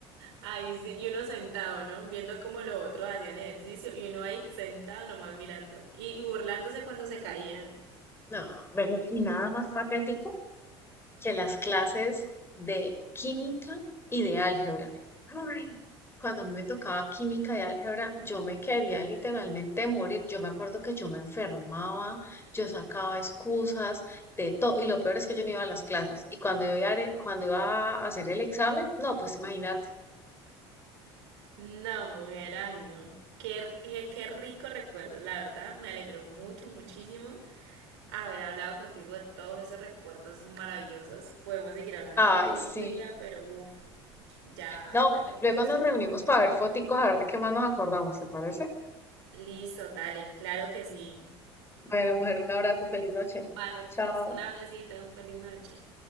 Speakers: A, on the right; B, on the left.
A: Ahí sí, y uno sentado, ¿no? Viendo cómo los otros hacían ejercicio y uno ahí sentado nomás mirando y, y burlándose cuando se caían.
B: no, ven, y nada más patético. que las clases de química y de álgebra. Ay, Cuando a mí me tocaba química y álgebra, yo me quería literalmente morir. Yo me acuerdo que yo me enfermaba, yo sacaba excusas de todo. Y lo peor es que yo no iba a las clases. Y cuando iba a, cuando iba a hacer el examen, no, pues imagínate.
A: No, mujer, ay no. Qué, qué, qué rico recuerdo, la verdad, me alegró mucho, muchísimo haber hablado contigo de todos esos recuerdos maravillosos. Podemos seguir hablando
B: Ay,
A: otro
B: sí.
A: día, pero uff, ya,
B: No,
A: ya tengo
B: luego
A: mucho
B: nos
A: sueño.
B: reunimos para ver foticos, a ver de qué más nos acordamos, ¿te parece?
A: Listo, dale, claro que sí.
B: Bueno, mujer, un abrazo, feliz noche.
A: Vale,
B: Chao.
A: pues, un abracito, feliz noche.